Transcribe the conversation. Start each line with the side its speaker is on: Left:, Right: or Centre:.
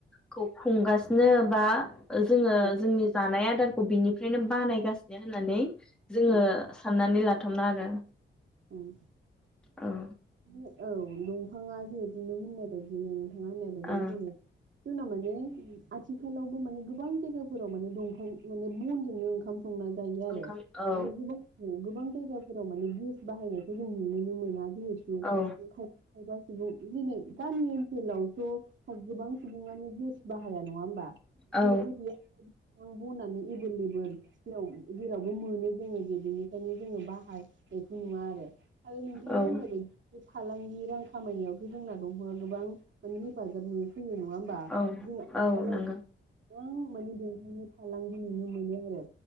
Centre: खौ खुंगासिनो बा ओ जोङो
Right: औ
Centre: जोंनि जानाया आद दारखौ बेनिफ्रायनो बानायगासन <unintelligible> होन्नानै जोङो
Right: उम
Centre: साननानै ला बुथुमना आरो।
Right: ओं
Centre: औ
Right: ओ औ नंगौ। बिफाङा जिहेतु नों होननाय बायदिनो थाङा होननाय बायदिनो
Centre: ओं
Right: जोङो जोंना माने उम आथिखालावबो माने गोबां जायगाफोराव माने दंफां माने बनजों ओंखाम संना जायो आरो
Centre: ओंखाम औ
Right: माने गोबां जायगाफ जेराव माने गेस बाहाययै जों नुनोनो मोना जिहेतु
Centre: औ
Right: बिनखाय खाबा सुबुं जेने गामि ओनसोलावथ' गोबां सुबुङानो गेस बाहाया नङा होमबा बिदि
Centre: औ
Right: गैया औ बनानो एबोललेबोल जेराव जेरावबो मोनो जोङो जे बिनिखायनो जोङो बाहाय खै द नङा आरो आरो नोंथाङा
Centre: औ
Right: होननाय बायदि फालांगि रां खामानियावथ' जोंना दंफांआ गोबां माने हेफाजाब हो होयो नङा होमबा।
Centre: औ
Right: <unintelligible>
Centre: औ
Right: हालौ
Centre: नंगौ
Right: गोबां माने बेनिखायनो फालांगि नुनो मोनो आरो